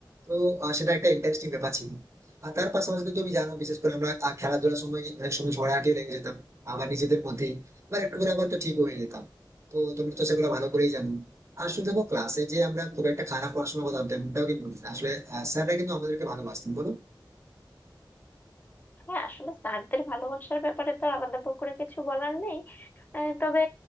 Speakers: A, on the right; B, on the left.
A: তো আহ, সেটা একটা ইন্টারেস্টিং ব্যাপার ছিল আর তার পাশাপাশি তো তুমি জানো বিশেষ করে আমরা আহ, খেলাধুলার সময় অনেক সময় ঝগড়াঝাটিও লেগে যেতাম আবার নিজেদের মধ্যেই এবার একটু করে আবার তো ঠিক হয়ে যেতাম তো তোমরা তো সেগুলো ভালো করেই জানো আসলে দেখো ক্লাসে যে আমরা খুব একটা খারাপ পড়াশোনা করতাম তেমনটাও কিন্তু না। আসলে স্যাররা কিন্তু আমাদেরকে ভালোবাসতেন বলো
B: হ্যাঁ আসলে স্যারদের ভালোবাসার ব্যাপারে তো আর আলাদা করে কিছু বলার নেই আহ, তবে